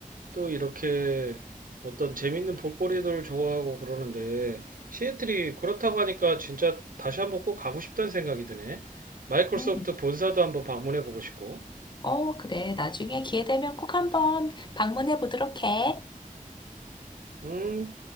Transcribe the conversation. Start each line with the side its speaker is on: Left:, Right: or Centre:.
Right: 또 이렇게 어떤 재밌는 볼거리들 좋아하고 그러는데 시애틀이 그렇다고 하니까 진짜 다시 한번 꼭 가고 싶다는 생각이 드네. 마이크로소프트
Left: 음,
Right: 본사도 한번 방문해 보고 싶고.
Left: 어, 그래. 나중에 기회 되면 꼭 한번 방문해 보도록 해.
Right: 음,